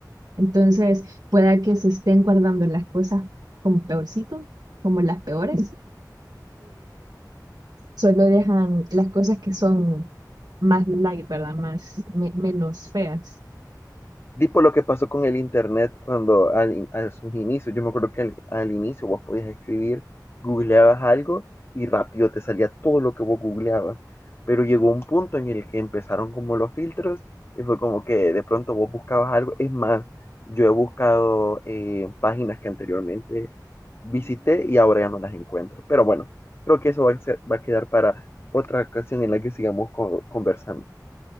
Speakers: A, on the right; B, on the left.
A: Entonces, pueda que se estén guardando las cosas como peorcito, como las peores. Solo dejan las cosas que son más light, ¿verdad? Más, me- menos feas.
B: Tipo lo que pasó con el internet cuando al, in- a sus inicios, yo me acuerdo que al, al inicio vos podías escribir, googleabas algo y rápido te salía todo lo que vos googleabas. Pero llegó un punto en el que empezaron como los filtros y fue como que de pronto vos buscabas algo. Es más, yo he buscado eh, páginas que anteriormente visité y ahora ya no las encuentro. Pero bueno, creo que eso va a ser- va a quedar para otra ocasión en la que sigamos co- conversando.